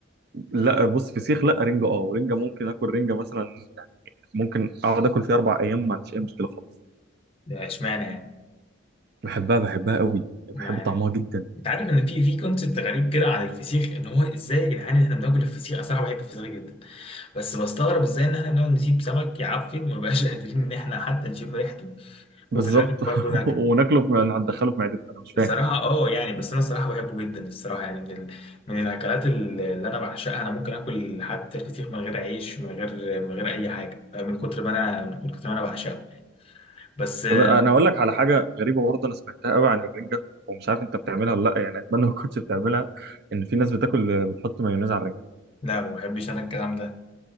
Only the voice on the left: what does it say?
ده اشمعنى يعني
مع
إن-
انت عارف ان في في كونسبت غريب كده عن الفسيخ ان هو ازاي يا جدعان ان احنا بناكل الفسيخ انا صراحه بحب الفسيخ جدا بس بستغرب ازاي ان احنا بنقعد نسيب سمك يعفن ومبقاش قادرين ان احنا حتى نشم ريحته
وفي الاخر برضه
ناكله
الصراحه اه يعني بس انا الصراحه بحبه جدا الصراحه يعني من ال... من الاكلات ال- اللي انا بعشقها انا ممكن اكل حتى الفسيخ من غير عيش من غير من غير اي حاجه من كتر ما انا من كتر ما انا بعشقه يعني. بس آه،
لا ما بحبش انا الكلام ده